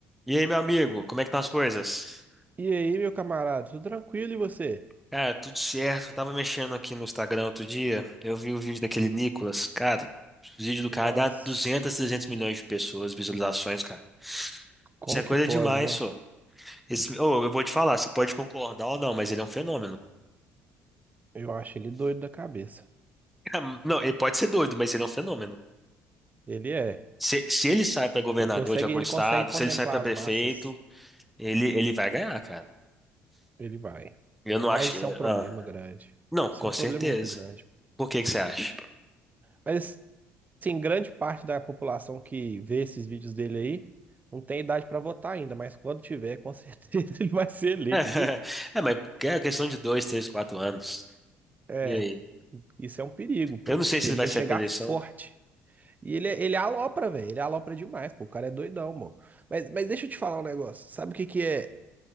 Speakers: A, in the centre; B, on the right.
A: E aí, meu amigo, como é que estão as coisas?
B: E aí, meu camarada, tudo tranquilo e você?
A: Cara, tudo certo. Eu tava mexendo aqui no Instagram outro dia, eu vi o vídeo daquele Nicolas. Cara, o vídeo do
B: Nossa,
A: cara dá 200, 300 milhões de pessoas, visualizações, cara.
B: como
A: Isso é coisa
B: que pode,
A: demais,
B: né?
A: só. Esse, oh, eu vou te falar, você pode concordar ou não, mas ele é um fenômeno.
B: Eu acho ele doido da cabeça.
A: Cara, Não, ele pode ser doido, mas ele é um fenômeno.
B: Ele é.
A: Se, se ele sai pra governador
B: Ele consegue,
A: de algum
B: ele
A: estado,
B: consegue contemplar
A: se ele sai pra prefeito,
B: as massas.
A: ele, ele vai ganhar, cara.
B: Ele vai.
A: Eu não
B: Mas
A: acho que.
B: isso é um problema
A: ah,
B: grande.
A: não,
B: Isso
A: com
B: é um problema
A: certeza.
B: muito grande.
A: Por que que você acha?
B: Mas assim, grande parte da população que vê esses vídeos dele aí não tem idade pra votar ainda, mas quando tiver, com certeza <laughs> ele vai ser
A: <laughs>
B: eleito, viu?
A: É, mas é questão de dois, três, quatro anos.
B: É,
A: E aí?
B: isso é um perigo, pô,
A: Eu não
B: porque
A: sei se ele
B: ele
A: vai
B: vai
A: sair
B: chegar
A: pra eleição.
B: forte. E ele, é- ele é alopra, velho. Ele é alopra demais, pô. O cara é doidão, mano. Mas, mas deixa eu te falar um negócio. Sabe o que que é?